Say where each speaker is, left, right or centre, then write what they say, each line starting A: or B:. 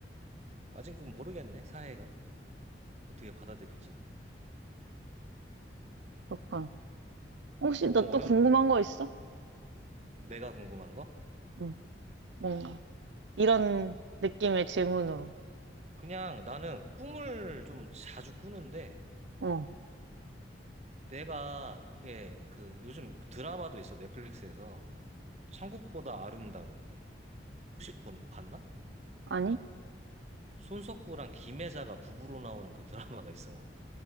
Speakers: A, on the right; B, on the right.
A: 아직은 모르겠네, 사회가. 어떻게 받아들일지.
B: 그렇군. 혹시
A: 너무
B: 너 또
A: 어려운
B: 궁금한
A: 얘기.
B: 거 있어?
A: 내가 궁금한 거?
B: 응, 뭔가. 이런 느낌의 질문으로.
A: 그냥 나는 꿈을 좀 자주 꾸는데
B: 어,
A: 내가 이게 그 요즘 드라마도 있어 넷플릭스에서 천국보다 아름다운 혹시 본, 봤나?
B: 아니?
A: 손석구랑 김혜자가 부부로 나오는 그 드라마가 있어.